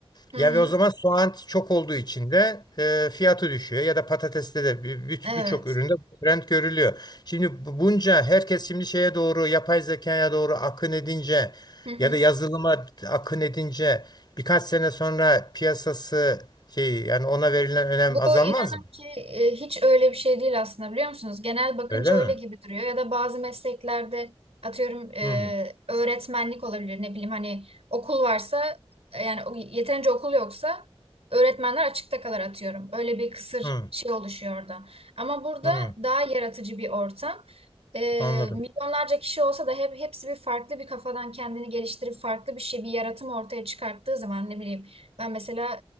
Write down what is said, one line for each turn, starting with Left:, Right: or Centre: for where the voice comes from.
Right: Hı
Left: Ya
Right: hı,
Left: ve o zaman soğan çok olduğu için de e, fiyatı düşüyor ya da patateste de bir- bir-
Right: evet.
Left: birçok üründe bu trend görülüyor. Şimdi bu- bunca herkes şimdi şeye doğru yapay zekaya doğru akın edince
Right: Hı hı.
Left: ya da yazılıma akın edince birkaç sene sonra piyasası şey yani ona verilen önem
Right: Bu
Left: azalmaz
Right: inanın
Left: mı?
Right: ki e, hiç öyle bir şey değil aslında biliyor musunuz? Genel bakınca
Left: Öyle mi?
Right: öyle gibi duruyor ya da bazı mesleklerde atıyorum e,
Left: Hı
Right: öğretmenlik olabilir ne bileyim hani okul varsa e, yani o- yeterince okul yoksa öğretmenler açıkta kalır atıyorum. Öyle bir kısır
Left: hı
Right: şey oluşuyor orada. Ama burada
Left: hı
Right: daha yaratıcı bir ortam. E,
Left: anladım.
Right: milyonlarca kişi olsa da hep hepsi bir farklı bir kafadan kendini geliştirip farklı bir şey bir yaratım ortaya çıkarttığı zaman ne bileyim ben mesela